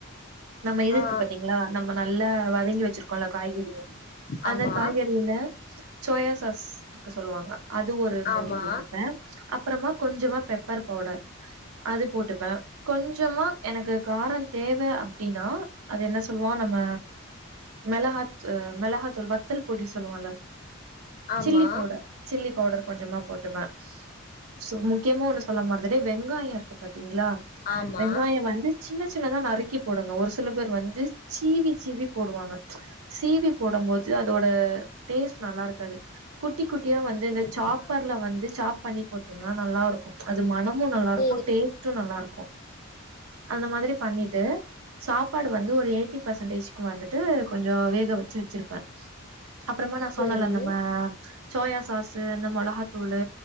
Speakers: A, on the right (about 80°); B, on the left (about 40°).
A: நம்ம இது
B: ஆ
A: இருக்கு பாத்தீங்களா நம்ம நல்லா வதங்கி வெச்சிருக்கோம்ல்ல காய்கறிக
B: ஆமா
A: அந்த காய்கறில சோயா சாஸ் இருக்கு சொல்லுவாங்க அது ஒரு மூடி
B: ஆமா
A: அப்புறமா கொஞ்சமா பெப்பர் பவுடர் அது போட்டுப்பே கொஞ்சமா எனக்கு காரொ தேவ அப்படின்னா அது என்ன சொல்லுவோ நம்ம மிளகா மிளகாத்தூள் பொடி சொல்லுவோல்ல
B: ஆமா
A: சில்லி பவுடர் சில்லி பவுடர் கொஞ்சமா போட் டுப்பே சோ முக்கியமா ஒண்ணு சொல்ல மறந்துட்டே வெங்காய இருக்க பாத்தீங்களா
B: ஆமா
A: வெங்காயொ வந்து சின்ன சின்னதா நறுக்கி போடுங்க ஒரு சில பேர் வந்து சீவி சீவி போடுவாங்க சிவி போடும் போது அதோட டேஸ்ட் நல்லா இருக்காது குட்டி குட்டியா வந்து
B: அப்டிங்களா
A: இந்த சாப்பர்ல வந் பண்ணி போட்டீங்னா நல்லா இருக்கு அது மன மு நல்லாருக்கு
B: சேரி
A: டேஸ்ட்டு நல்லாருக்கு அந்த மாதிரி பண்ணிட்டு சாப்பாடு வந்து ஒரு எயிட்டி பெர்சன்டேஜ்க்கு வந்து ட்டு கொஞ்சொ வேக வெச்சு வெச்சிருப்பே அப்புறமா நா
B: சேரி
A: சொன்னன்ல இந்தமா சோயா சாசு அந்த மொளகாத்தூளு